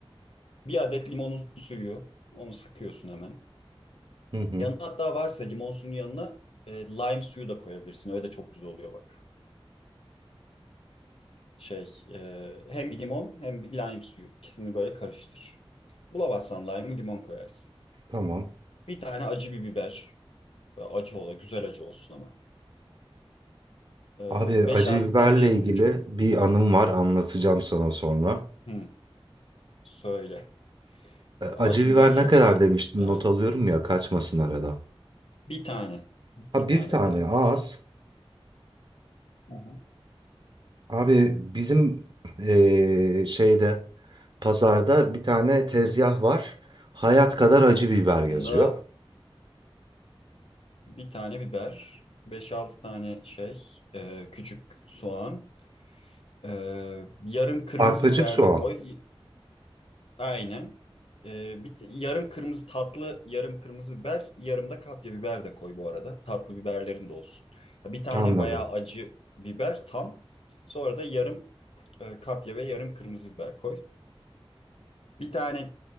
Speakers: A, on the left (about 75°); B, on the right (about 50°).
A: Bir adet limonun suyu onu sıkıyorsun hemen.
B: Hı hı,
A: Yanına hatta varsa limon suyunun yanına e, lime suyu da koyabilirsin. Öyle de çok güzel oluyor bak. Şey e, hem bir limon hem bir lime suyu ikisini böyle karıştır. Bulamazsan lime'ı limon koyarsın.
B: tamam.
A: Bir tane acı bir biber. Böyle acı ola güzel acı olsun ama. E,
B: Abi
A: 5-6
B: acı biberle
A: tane
B: ilgili
A: küçük
B: bir anım var anlatacağım sana sonra.
A: Hı, söyle.
B: E, Acı
A: Acı
B: biber
A: biber
B: ne
A: çok
B: kadar
A: severim.
B: demiştin
A: Yani
B: not alıyorum ya kaçmasın arada.
A: bir tane. Bir
B: Ha bir
A: tane
B: tane
A: bir tane.
B: az.
A: Hı hı.
B: Abi bizim e, şeyde pazarda bir tane tezgah var. Hayat kadar acı biber yazıyor.
A: Bunda bir tane biber, beş altı tane şey, e, küçük soğan, e, yarım kırmızı
B: Arpacık
A: biber
B: soğan.
A: de koy. Y- Aynen. E, bir, t- yarım kırmızı tatlı, yarım kırmızı biber, yarım da kapya biber de koy bu arada. Tatlı biberlerin de olsun. Ya Bir tane
B: Anladım.
A: bayağı acı biber tam. Sonra da yarım e, kapya ve yarım kırmızı biber koy. Bir tane